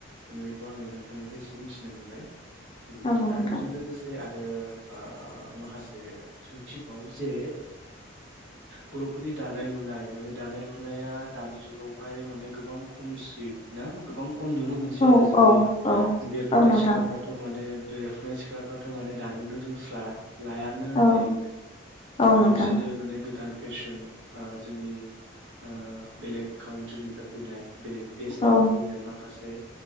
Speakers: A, on the right; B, on the left.
A: माने बेखौ आङो नोंथांनिफ्राय एसे मिथिनो मोनबाय। गोजोननाय
B: औ
A: थाबाय
B: नोंथां
A: आरो बेजों लोगोसे आरो ओ माखासे सोंथिबाव जे बर'फोरनि दानाय लुनाय माने दानाय लुनाया दानि जुगावहाय माने गोबां खमसै ना गोबां ख खम नुनो मोनसै
B: औ
A: आरो जोंनि
B: औ औ
A: देरफुनाय
B: औ नोंथां
A: सिख्लाफ्राथ' माने देरफुनाय सिख्लाफ्राथ' माने दोनो रोंस्ला लायानो होनजायो।
B: औ औ
A: माने
B: नोंथां
A: बिसोरो माने गोदान फेसन ओ जोंनि ओ बेलेग काउन्ट्रिनिफ्राय फैनाय बेलेग देशनिफ्राय
B: औ
A: फैनाय माखासे